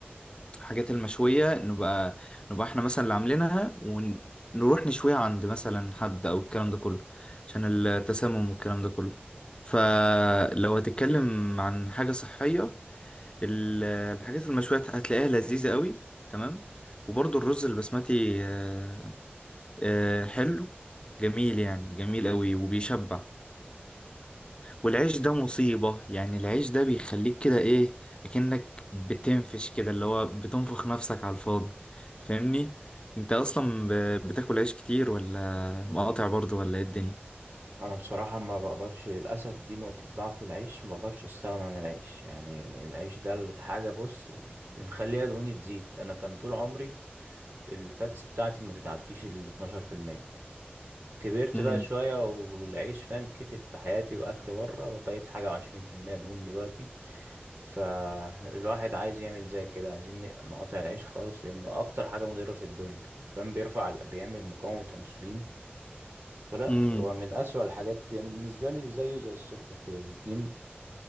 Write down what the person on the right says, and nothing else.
انا بصراحة ما بقدرش للاسف دي نقطة ضعف العيش ما بقدرش استغنى عن العيش يعني العيش ده الحاجة بص اللي مخليها دهوني تزيد انا كان طول عمري الفاتس بتاعتي ما بتعديش ال 12% كبرت
بقى شوية والعيش فاهم كتر في حياتي وأكل بره بقيت حاجة وعشرين في المية دهون دلوقتي فالواحد عايز يعمل زي كده عايزين ن- نقاطع العيش خالص لأنه أكتر حاجة مضرة في الدنيا كان بيرفع ال- بيعمل مقاومة أنسولين فلا
هو من أسوأ الحاجات يعني بالنسبة لي زيه زي السكر كده الاتنين